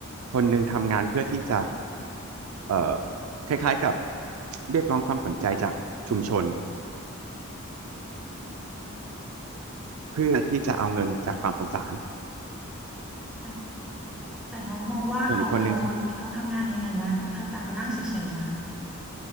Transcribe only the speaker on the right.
คนหนึ่งทำงานเพื่อที่จะเอ่อคล้ายๆกับเรียกร้องความสนใจจากชุมชนเพื่อที่จะเอาเงินจากความสงสาร
ส่วนอีกคนนึงเขา